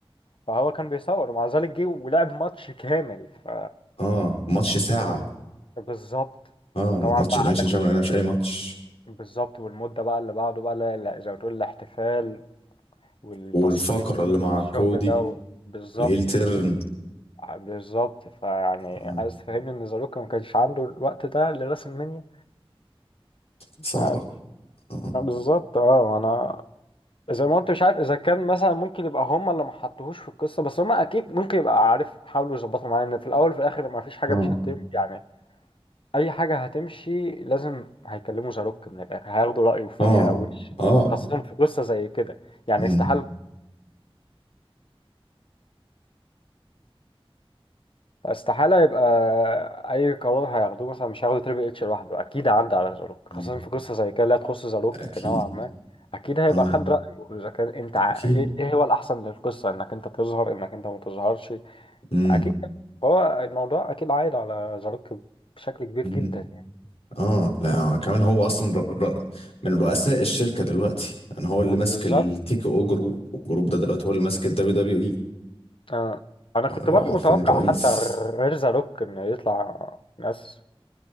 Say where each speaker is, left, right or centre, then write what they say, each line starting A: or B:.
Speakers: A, on the left; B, on the left.
A: فهو كان بيصور ومع ذلك جه ولعب ماتش كامل ف
B: اه ماتش ساعة
A: بالظبط
B: اه
A: وطبعا
B: ماتش
A: بقى
B: إليميشن
A: عندك
B: شامبيون
A: ال...
B: انا مش اي ماتش
A: بالظبط والمدة بقى اللي بعده بقى لا- لا، زي ما تقول الاحتفال والتصوير
B: والفقرة اللي مع
A: الشغل
B: كودي
A: ده و... بالظبط
B: والهيل تيرن
A: بالظبط فيعني
B: آه.
A: عايز تفهمني ان زاروكا ما كانش عنده الوقت ده لرسم المنيا مش
B: صعبة
A: عارف
B: اه
A: لا، بالظبط اه انا زي ما قلت مش عارف اذا كان مثلا ممكن يبقى هم اللي ما حطوهوش في القصه بس هم اكيد ممكن يبقى عارف حاولوا يظبطوا معايا ان في الاول وفي الاخر ما فيش حاجه
B: اه
A: مش هتمشي يعني اي حاجه هتمشي لازم هيكلموا زاروك من الاخر هياخدوا رايه فيها
B: اه اه
A: وش
B: آه،
A: خاصه في قصه زي كده يعني
B: مم.
A: استحاله استحالة يبقى أي قرار هياخدوه مثلا مش هياخدوا تريبل اتش لوحده أكيد عدى على زاروك
B: مم.
A: خاصة في قصة زي كده لا تخص زاروك
B: اكيد
A: نوعا ما أكيد هيبقى
B: اه
A: خد رأيه إذا كان أنت ع-
B: اكيد
A: إيه إيه هو الأحسن للقصة إنك أنت تظهر إنك أنت ما تظهرش
B: مم.
A: أكيد كده. هو الموضوع أكيد عايد على زاروك بشكل كبير
B: مم.
A: جدا يعني
B: اه لا كمان هو اصلا ر... ر... من رؤساء الشركة دلوقتي يعني هو اللي
A: لا،
B: ماسك
A: بالظبط
B: التيكي او جروب والجروب ده دلوقتي هو اللي ماسك الدبليو دبليو اي
A: آه. أنا كنت
B: هو
A: برضو
B: حرفيا
A: متوقع
B: رئيس
A: حتى غير زاروك إنه يطلع ناس